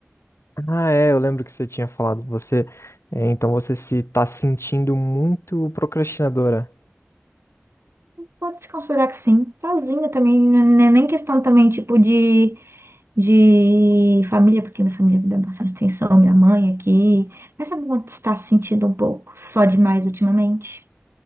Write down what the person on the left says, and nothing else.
Ah, é, eu lembro que você tinha falado. Você, é, então você se tá sentindo muito procrastinadora.